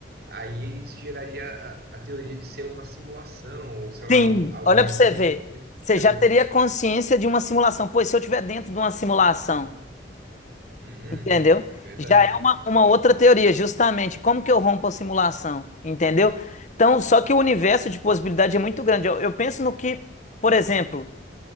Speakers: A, on the right (about 60°); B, on the left (about 45°).
A: aí isso geraria a, a teoria de ser uma simulação, ou sei lá,
B: Sim,
A: algo, algo
B: olha
A: nesse,
B: para você ver.
A: nesse sentido.
B: Você já teria consciência de uma simulação. Pois se eu estiver dentro de uma simulação,
A: Uhum,
B: entendeu?
A: verdade.
B: Já é uma, uma outra teoria, justamente. Como que eu rompo a simulação, entendeu? Então, só que o universo de possibilidade é muito grande. Eu, eu penso no que, por exemplo,